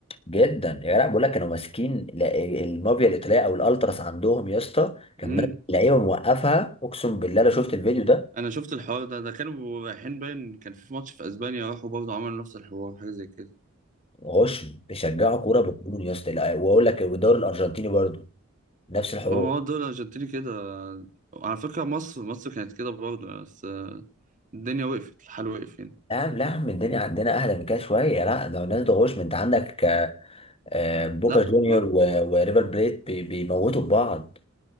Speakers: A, on the left; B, on the right.
A: جدا يا لا بقول لك كانوا ماسكين لا- المافيا الايطاليه او الالتراس عندهم يا اسطى كان
B: امم
A: ماسك لعيبه موقفها اقسم بالله لو شفت الفيديو ده
B: انا شفت الحوار ده ده كانوا رايحين باين كان في ماتش في اسبانيا راحوا برضه عملوا نفس الحوار حاجه زي كده
A: غشم بيشجعوا كوره بالجنون يا اسطى لا، واقول لك والدوري الارجنتيني برضه نفس الحوار
B: هو دول أرجنتيني كده على فكرة مصر مصر كانت كده برضه بس آه، الدنيا وقفت الحال وقف يعني
A: لا يا عم لا يا عم الدنيا عندنا اهدى من كده شويه لا ده الناس ده غشم انت عندك آه، آه، بوكا
B: لا
A: جونيور
B: ما-
A: و- وريفر بليت بي- بيموتوا في بعض